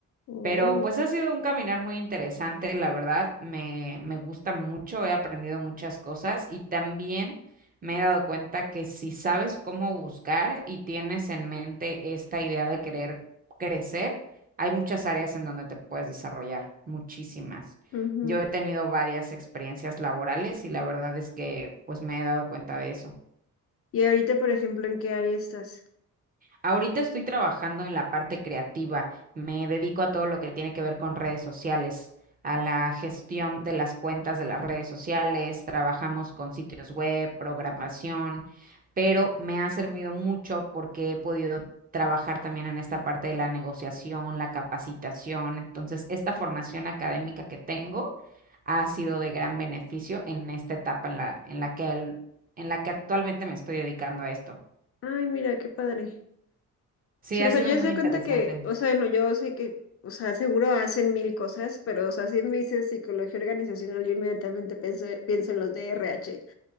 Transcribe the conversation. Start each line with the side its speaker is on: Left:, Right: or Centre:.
Left: Oh,
Right: Pero pues ha sido un caminar muy interesante, la verdad, me, me gusta mucho, he aprendido muchas cosas y también me he dado cuenta que si sabes cómo buscar y tienes en mente esta idea de querer crecer, hay muchas áreas en donde te puedes desarrollar, muchísimas.
Left: ujú.
Right: Yo he tenido varias experiencias laborales y la verdad es que pues me he dado cuenta de eso.
Left: Y ahorita, por ejemplo, ¿en qué área estás?
Right: Ahorita estoy trabajando en la parte creativa. Me dedico a todo lo que tiene que ver con redes sociales, a la gestión de las cuentas de las redes sociales. Trabajamos con sitios web, programación, pero me ha servido mucho porque he podido trabajar también en esta parte de la negociación, la capacitación. Entonces, esta formación académica que tengo ha sido de gran beneficio en esta etapa en la, en la que, el- en la que actualmente me estoy dedicando a esto.
Left: Ay, mira, qué padre.
Right: Sí,
Left: Sí,
Right: ha
Left: o sea,
Right: sido
Left: yo
Right: muy
Left: se doy
Right: interesante.
Left: cuenta que, o sea, no, yo sé que, o sea, seguro hacen mil cosas, pero, o sea, si me dices psicología organizacional, yo inmediatamente pienso, pienso en los de RH.